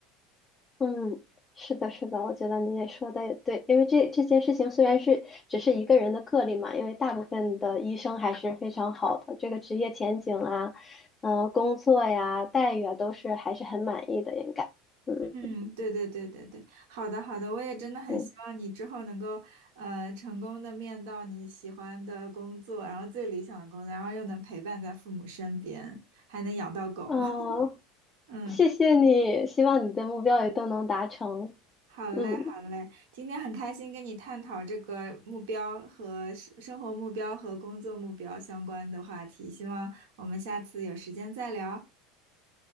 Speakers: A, on the left (about 20°); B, on the right (about 75°).
A: 嗯，是的，是的，我觉得你也说的也对，因为这这件事情虽然是只是一个人的个例嘛，因为大部分的医生还是非常好的，这个职业前景啊，呃，工作呀，待遇啊，都是还是很满意的，应该，嗯
B: 嗯，对对对对对，好的好的，我也真的很希望你之后能够呃成功的面到你喜欢的工作，
A: 嗯，
B: 然后最理想的工作，然后又能陪伴在父母身边，还能养到狗。
A: 哦，
B: <laughs> 嗯，
A: 谢谢你，希望你的目标也都能达成，
B: 好嘞好嘞，
A: 嗯，
B: 今天很开心跟你探讨这个目标和生生活目标和工作目标相关的话题，希望我们下次有时间再聊。